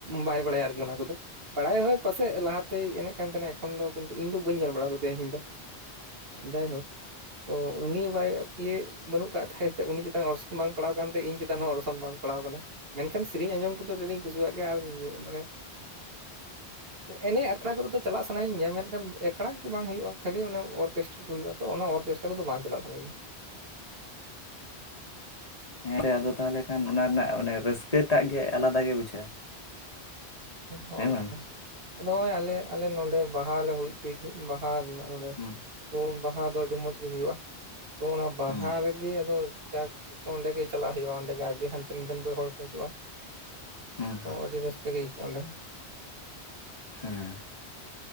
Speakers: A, on the right; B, on the left.
A: ᱵᱟᱭ ᱵᱟᱲᱟᱭᱟ ᱟᱨᱠᱤ ᱚᱱᱟ ᱠᱚᱫᱚ ᱵᱟᱲᱟᱭ ᱦᱳᱭ ᱯᱟᱥᱪᱮᱡ ᱞᱟᱦᱟᱛᱮᱭ ᱮᱱᱮᱡ ᱠᱟᱱ ᱛᱟᱦᱮᱱᱟ ᱮᱠᱷᱚᱱ ᱫᱚ ᱠᱤᱱᱛᱩ ᱤᱧ ᱫᱚ ᱵᱟᱹᱧ ᱧᱮᱞ ᱵᱟᱲᱟ ᱠᱟᱫᱮᱭᱟ ᱤᱧ ᱫᱚ ᱡᱟᱭᱦᱳᱠ ᱛᱚ ᱩᱱᱤ ᱵᱟᱭ ᱤᱭᱟᱹ ᱵᱟᱹᱱᱩᱜ ᱠᱟᱫ ᱛᱟᱭ ᱛᱮ ᱩᱱᱤ ᱪᱮᱛᱟᱱ ᱚᱨᱥᱚᱝ ᱵᱟᱝ ᱯᱟᱲᱟᱣ ᱠᱟᱱ ᱛᱮ ᱤᱧ ᱪᱮᱛᱟᱱ ᱦᱚᱸ ᱚᱨᱥᱚᱝ ᱵᱟᱝ ᱯᱟ ᱥᱟᱯᱲᱟᱣ ᱠᱟᱱᱟ ᱢᱮᱱᱠᱷᱟᱱ ᱥᱮᱨᱮᱧ ᱟᱸᱡᱚᱢ ᱠᱚᱫᱚ ᱟᱹᱰᱤ ᱟᱸᱴᱤᱧ ᱠᱩᱥᱤᱭᱟᱜ ᱜᱮᱭᱟ ᱟᱨ ᱢᱟᱱᱮ ᱮᱱᱮᱡ ᱟᱠᱷᱲᱟ ᱠᱚᱨᱮ ᱫᱚ ᱪᱟᱞᱟᱜ ᱥᱟᱱᱟᱭᱤᱧ ᱜᱮᱭᱟ ᱢᱮᱱᱠᱷᱟᱱ ᱮᱠᱲᱷᱟ ᱠᱚᱜᱮ ᱵᱟᱝ ᱦᱩᱭᱩᱜᱼᱟ ᱠᱷᱟᱹᱞᱤ ᱚᱱᱟ ᱚᱨᱠᱮᱥᱴᱟᱨ ᱠᱚ ᱦᱩᱭᱩᱜᱼᱟ ᱛᱚ ᱚᱱᱟ ᱚᱨᱠᱮᱥᱴᱟᱨ ᱠᱚᱫᱚ ᱵᱟᱝ ᱪᱟᱞᱟᱜ ᱥᱟᱱᱟᱧᱟ᱾
B: ᱦᱮᱸ ᱛᱮ ᱟᱫᱚ ᱛᱟᱦᱚᱞᱮ ᱠᱷᱟᱱ ᱚᱱᱟ ᱨᱮᱱᱟᱜ ᱢᱟᱱᱮ ᱨᱟᱹᱥᱠᱟᱹᱴᱟᱜ ᱜᱮ ᱟᱞᱟᱫᱟ ᱜᱮ ᱵᱩᱡᱷᱟᱹᱜᱼᱟ᱾
A: ᱦᱳᱭ ᱦᱳᱭ
B: ᱦᱮᱸ ᱵᱟᱝ
A: ᱟᱫᱚ ᱟᱞᱮ ᱟᱞᱮ ᱱᱚᱸᱰᱮ ᱵᱟᱦᱟ ᱞᱮ ᱦᱩᱭ ᱪᱩᱭ ᱜᱤ ᱵᱟᱦᱟ ᱨᱮᱱᱟᱜ ᱱᱚᱸᱰᱮ
B: ᱦᱩᱸ
A: ᱛᱚ ᱵᱟᱦᱟ ᱫᱚ ᱟᱹᱰᱤ ᱢᱚᱸᱡᱽ ᱜᱮ ᱦᱩᱭᱩᱜᱼᱟ ᱛᱚ ᱚᱱᱟ ᱵᱟᱦᱟ
B: ᱦᱩᱸ
A: ᱨᱮᱜᱮ ᱟᱫᱚ ᱡᱟᱠ ᱚᱸᱰᱮ ᱜᱮ ᱪᱟᱞᱟᱜ ᱦᱩᱭᱩᱜᱼᱟ ᱚᱰᱮ ᱟᱹᱰᱤ ᱦᱟᱱᱛᱮ ᱱᱟᱛᱮᱱ ᱠᱚ ᱦᱚᱲ ᱠᱚ ᱦᱤᱡᱩᱜᱼᱟ᱾
B: ᱦᱩᱸ
A: ᱛᱚ ᱟᱹᱰᱤ ᱨᱟᱹᱥᱠᱟᱹ ᱜᱮ ᱟᱹᱭᱠᱟᱹᱜᱼᱟ ᱚᱸᱰᱮ᱾
B: ᱦᱮᱸ